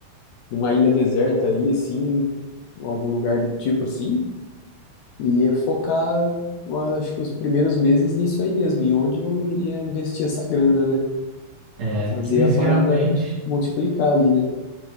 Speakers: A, on the left; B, on the right.
A: numa ilha deserta aí, assim, em algum lugar do tipo assim, e ia focar, eu acho que os primeiros meses nisso aí mesmo, em onde eu iria investir essa grana, né?
B: É,
A: Pra fazer
B: que inicialmente.
A: a parada multiplicar ali, né?